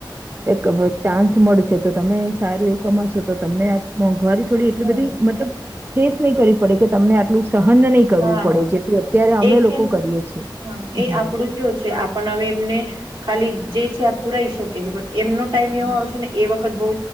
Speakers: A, on the right; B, on the right.
A: ચાસ મળશે તો તમે સારું એવું કમાશો તો તમને આ મોંઘવારી થોડી એટલી
B: હા
A: બધી મતલબ ફેસ નહી કરવી પડે કે તમને આટલું સહન નહી કરવું
B: હા
A: પડે જેટલું અત્યારે અમે
B: એ કેમ
A: લોકો કરીએ છીએ
B: હ એ
A: હમ
B: આપડું કેવું છે આપણ હવે એમને ખાલી જે છે આ પુરાઈ શકે છે પણ એમનો ટાઈમ એવો
A: હમ
B: આવશે ને એ વખતે બ